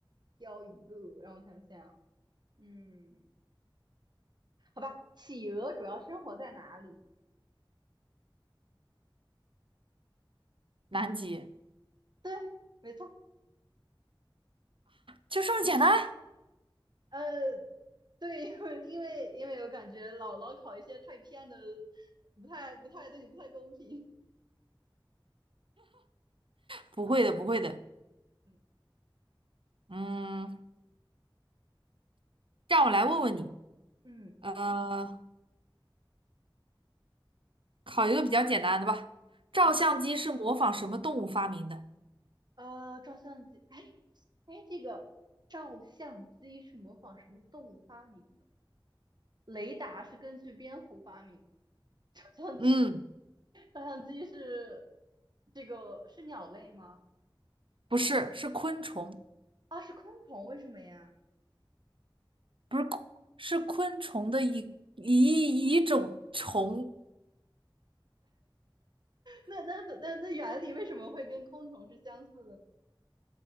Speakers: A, on the right; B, on the right.
A: 挑一个，让我想想。嗯，好吧，企鹅主要生活在哪里？
B: 南极
A: 对，没错。
B: 就这么简单？
A: 呃，对，<laughs> 因为因为因为我感觉老老考一些太偏的，不太不太对你不太公平
B: 不会的，
A: 啊。
B: 不会的。
A: 嗯
B: 嗯，让我来问问你，
A: 嗯
B: 呃，考一个比较简单的吧。照相机是模仿什么动物发明的？
A: 嗯哼。呃，照相机，哎哎，这个照相机是模仿什么动物发明的？雷达是根据蝙蝠发明的 <laughs> 照相机，
B: 嗯，
A: 照相机是这个是鸟类吗？
B: 不是，是昆虫，
A: 啊，是昆虫，为什么呀？
B: 不是昆是昆虫的一一一种虫，
A: 那那那那原理为什么会跟昆虫是相似的呢？